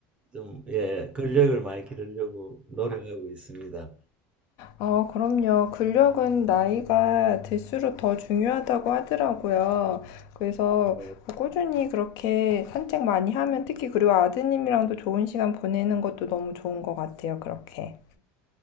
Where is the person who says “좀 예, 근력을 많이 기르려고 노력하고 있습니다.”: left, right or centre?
Right